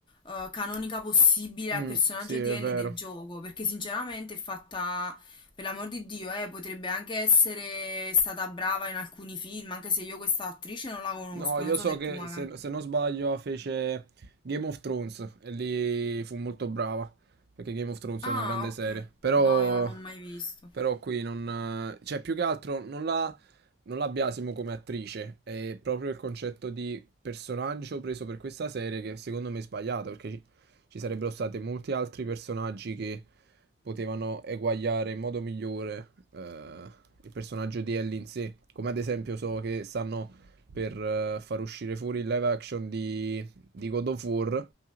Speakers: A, on the left; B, on the right.
A: eh, canonica possibile
B: Mm,
A: al personaggio
B: sì, è
A: di Ellie
B: vero.
A: del gioco, perché sinceramente è fatta, per l'amor di Dio, eh, potrebbe anche essere stata brava in alcuni film, anche se io questa attrice non la conosco,
B: No, io
A: non so
B: so
A: se
B: che
A: tu magari...
B: se, se non sbaglio fece Game of Thrones e lì fu molto brava, perché Game of Thrones
A: Ah,
B: è una grande
A: ok.
B: serie, però,
A: No, io non l'ho mai visto.
B: però qui non... cioè più che altro non la, non la biasimo come attrice, è proprio il concetto di personaggio preso per questa serie che secondo me è sbagliato, perché ci, ci sarebbero stati molti altri personaggi che potevano eguagliare in modo migliore eh, il personaggio di Ellie in sé, come ad esempio so che stanno per eh, far uscire fuori il live action di, di God of War